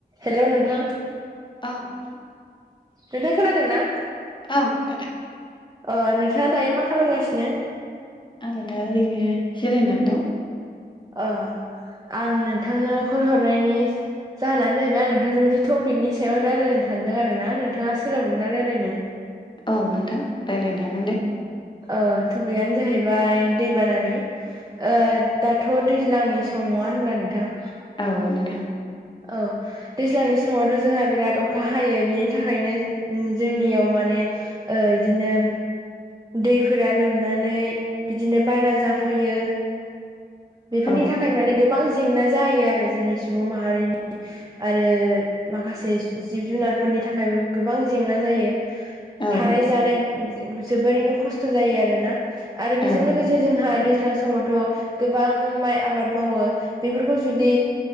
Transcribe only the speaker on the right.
हेल' नोंथां
नोंथां खोनादों ना?
अ नोंथांङा दायो मा खालामगासिनो?
अ आं नोंथांनो कल हरनायनि जाहोनानो जाहैबाय आं नोंथांजों मोनसे टपिकनि सायाव रायज्लायनो थानदों आरो ना नोंथांङा सोलाबगोन ना रायज्लायनो?
ओ टपिकआनो जाहैबाय दैबानानि ओ दाथ' दैज्लांनि सम नङा होनब्ला नोंथां?
औ। दैज्लांनि समावथ' जोंहा बिराद अखा हायो बिनि थाखायनो जोंनियाव माने ओ इदिनो दैफोरा लोमनानै बिदिनो बाना जाफैयो। बेफोरनि
थाखाय माने गोबां जेंना जायो आरो जोंनि सुबुं माहारिनि आरो माखासे जिब जुनारफोरनि थाखायबो गोबां जेंना जायो।
थानाय
जानाय जोबोरैनो खस्थ' जायो आरोना। आरो बेजों
लोगोसे
जोंहा दैज्लां समावथ' गोबां माइ आबाद मावो बेफोरखौ ओ जुदि